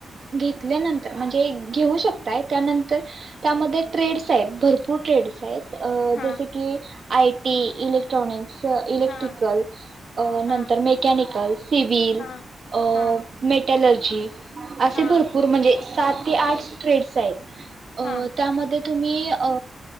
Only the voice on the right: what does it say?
घेतल्यानंतर म्हणजे घेऊ शकताय. त्यानंतर त्यामध्ये ट्रेड्स आहेत भरपूर ट्रेड्स शाळेत अ
जस की आय टी इलेक्ट्रॉनिक् स इक्ट्रिकल
अ नंतर
मेकॅनिकल सिविल
अ
मेट एलर्जी. असे
भरपूर म्हणजे सात ते आठ, ट्रेडस् आहेत. अ
त्यामध्ये तुम्ही अ